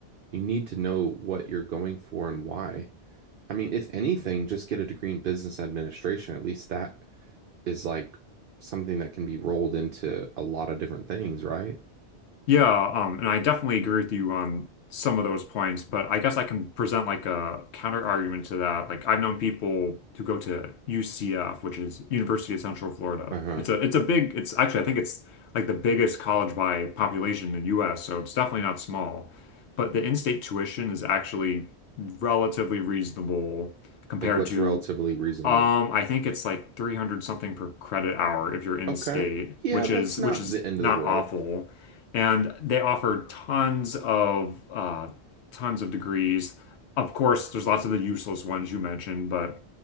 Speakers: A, on the right (about 60°); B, on the left (about 75°).
A: you need to know what you're going for and why. I mean, if anything, just get a degree in business administration. At least that is like something that can be rolled into a lot of different things, right?
B: Yeah, um, and I definitely agree with you on some of those points, but I guess I can present like a counter argument to that. Like I've known people who go to UCF, which is University of Central Florida.
A: Uh-huh.
B: It's a it's a big it's actually I think it's like the biggest college by population in the US, so it's definitely not small. But the in-state tuition is actually relatively reasonable compared
A: Like what's
B: to
A: relatively reasonable.
B: um, I think it's like 300 something per credit hour if you're in
A: Okay.
B: state,
A: Yeah,
B: which
A: that's
B: is
A: not
B: which is
A: the end
B: not
A: of the world.
B: awful. And they offer tons of uh tons of degrees. Of course, there's lots of the useless ones you mentioned, but